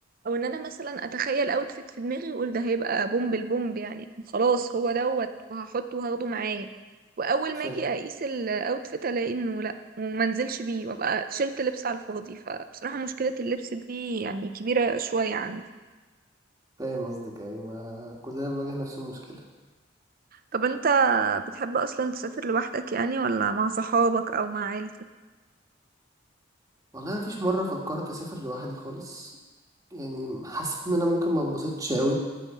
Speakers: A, on the right (about 45°); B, on the right (about 20°).
A: او ان انا مثلا اتخيل اوتفيت في دماغي واقول ده هيبقى بومب البومب يعني خلاص هو دوت وهحطه وهاخده معايا واول
B: فاهم
A: ما اجي اقيس الاوتفيت الاقي انه وما انزلش بيه وابقى شلت لبس على الفاضي فبصراحة مشكلة اللبس دي يعني كبيرة شوية عندي
B: فاهم قصدك ايوه ما كلنا بنواجه نفس المشكلة
A: طب انت بتحب اصلا تسافر لوحدك يعني ولا مع صحابك او مع عيلتك
B: والله ما فيش مرة فكرت اسافر لوحدي خالص يعني حسيت ان انا ممكن ما اتبسطش قوي